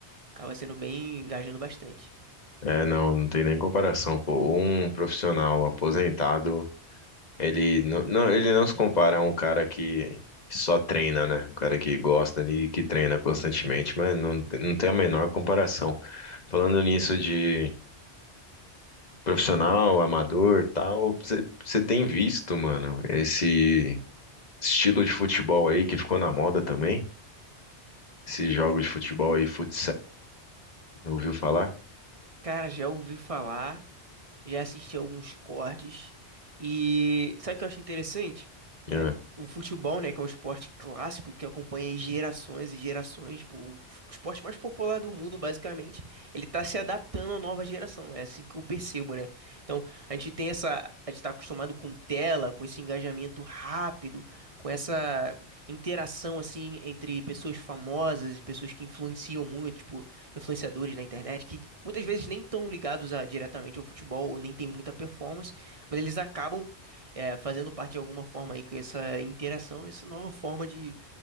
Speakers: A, on the right (about 30°); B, on the left (about 40°).
A: Acaba sendo bem engajando bastante.
B: É, não, não tem nem comparação, pô. Um profissional aposentado Ele não, não- ele não se compara a um cara que só treina, né? Um cara que gosta ali e que treina constantemente, mas não, te- não tem a menor comparação. Falando nisso de profissional, amador, tal, você você tem visto, mano, esse estilo de futebol aí que ficou na moda também? Esses jogos de futebol aí, fut ouviu falar?
A: Cara, já ouvi falar. já assisti alguns cortes e sabe o que eu acho interessante?
B: Yeah.
A: É, o futebol, né, que é um esporte clássico que acompanha gerações e gerações, pô, o f- esporte mais popular do mundo, basicamente, ele tá se adaptando à nova geração, é assim que eu percebo, né? Então, a gente tem essa, a gente tá acostumado com tela, com esse engajamento rápido, com essa interação assim entre pessoas famosas e pessoas que influenciam muito, tipo influenciadores na internet que muitas vezes nem estão ligados a, diretamente ao futebol ou nem tem muita performance, mas eles acabam é, fazendo parte de alguma forma aí com essa interação, essa nova forma de,